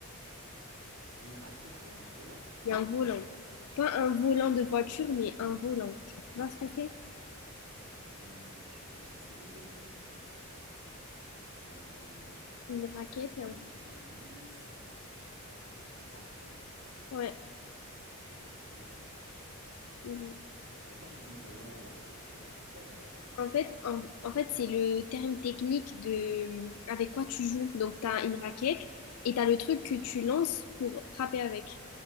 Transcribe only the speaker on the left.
Et un volant.
Pas un volant de voiture, mais un volant. Tu vois ce que c'est?
Une raquette
et un
Ouais.
Mhm.
En fait, en, en fait, c'est le terme technique de avec quoi tu joues. Donc, tu as une raquette et tu as le truc que tu lances pour frapper avec.